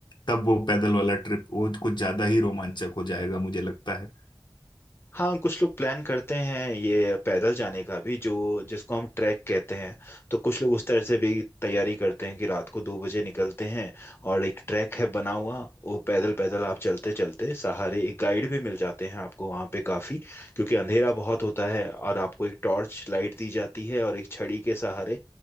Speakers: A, on the left; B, on the left.
A: तब वो पैदल वाला ट्रिप वो कुछ ज्यादा ही रोमांचक हो जाएगा मुझे लगता है
B: हाँ कुछ लोग प्लान करते हैं ये पैदल जाने का भी जो जिसको हम ट्रैक कहते हैं तो कुछ लोग उस तरह से भी तैयारी करते हैं कि रात को दो बजे निकलते हैं और एक ट्रैक है बना हुआ वो पैदल पैदल आप चलते चलते सहारे एक गाइड भी मिल जाते हैं आपको वहाँ पे काफ़ी क्योंकि अंधेरा बहुत होता है और आपको एक टॉर्च लाइट दी जाती है और एक छड़ी के सहारे